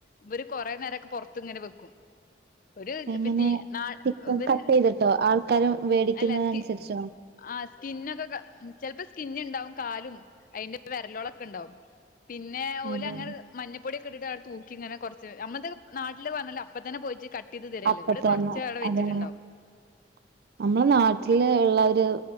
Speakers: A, on the left; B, on the right.
A: ഇവര് കുറേ നേരം ഒക്കെ പൊർത്ത് ഇങ്ങനെ വെക്കും. ഒരു
B: എങ്ങനെ
A: ഇപ്പ തീ നാര്
B: ചിക്കൻ
A: ഇവര്
B: കട്ട് ചെയ്തിട്ടോ ആൾക്കാര് വേടിക്കുന്നത്
A: അല്ല സ്‌കി
B: അനുസരിച്ചോ
A: ആഹ് സ്കിന്ന് ഒക്കെക്ക ചെൽപ്പോ സ്കിന്ന് ണ്ടാവും. കാലും വെര്ലോളൊക്കെ ണ്ടാവും. പിന്നെ ഓലങ്ങനെത്
B: അതെ
A: മഞ്ഞപ്പൊടിഒക്കെ ഇട്ടിട്ട് അവ്ടെ തൂക്കിങ്ങനെ കൊർച്ച് ഞമ്മൾതൊക്കെ നാട്ടില് ന്ന് പർഞാല് അപ്പ തന്നെ പോയിറ്റ് ക ട്ടെയ്ത് തര്ല്ലെ.
B: അപ്പ
A: ഇവടെ
B: തന്നെ
A: കൊർച്ച വ്ടെ വെച്ചിട്ട്ണ്ടാവും.
B: <inaudible> നമ്മളെ നാട്ടില് ഉള്ള ഒരു